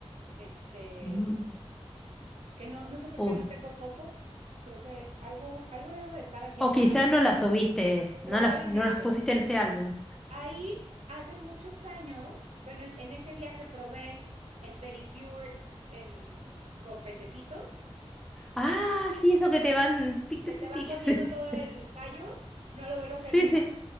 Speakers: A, on the right; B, in the centre.
A: este,
B: Mm.
A: que no, no sé por
B: Uy.
A: qué no tengo fotos, creo que algo, algo debo de estar haciendo
B: O quizás
A: mal,
B: no las subiste,
A: probablemente.
B: no las, no las pusiste en este álbum.
A: Ahí, hace muchos años, bueno, es- en ese viaje probé el pedicure en, con pececitos,
B: Ah, sí, eso que te van pic,
A: que
B: pic,
A: te
B: pic,
A: van
B: pic.
A: comiendo
B: <laughs> Sí,
A: todo el callo, no lo vuelvo a hacer
B: sí,
A: nunca.
B: sí.